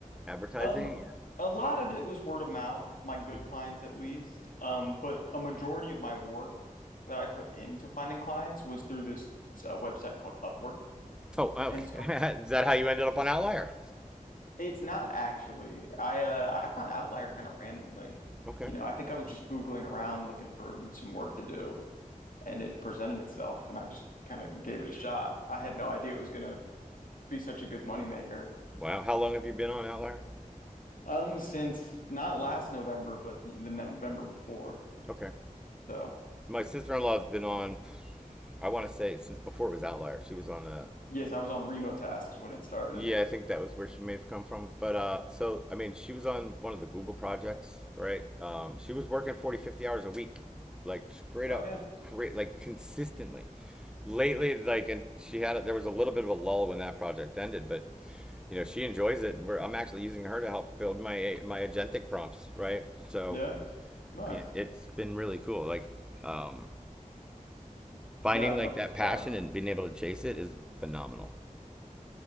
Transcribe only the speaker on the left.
Um,
a lot of it was word of mouth, my good
clients at least. Um, but a majority of my work that I put into finding clients was through this uh, website called Upwork.
And
so
it's not actually, I uh, I found Outlier kind of randomly.
You know, I think I was just Googling around looking for some work to do. and it presented itself and I just kind of gave it a shot. I had no idea it was going to be such a good moneymaker.
Um, since not last November, but the November before.
So
yes, I was on Remo tasks when it started.
Oh
yeah.
Yeah. Nice.
Yeah. I love
this job.